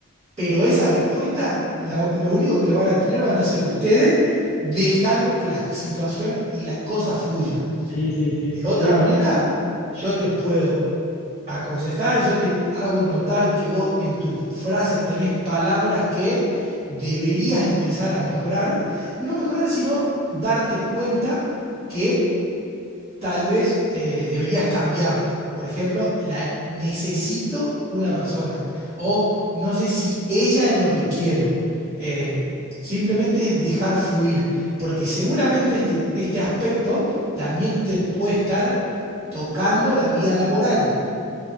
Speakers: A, on the right (about 25°); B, on the left (about 30°).
A: Pero esa respuesta, la- lo único que lo van a tener van a ser ustedes dejando que la situación y la cosa fluya.
B: Sí, sí, sí.
A: De otra
B: Sí, me-
A: manera, yo te puedo aconsejar, yo te hago notar que vos en tus frases tenés palabras que deberías empezar a mejorar. No mejorar, sino darte cuenta que tal vez eh, deberías cambiarlas. Por ejemplo, la necesito una persona o no sé si ella es lo que quiero. Eh, simplemente es dejar fluir, porque seguramente este, este aspecto también te puede estar tocando la vida laboral.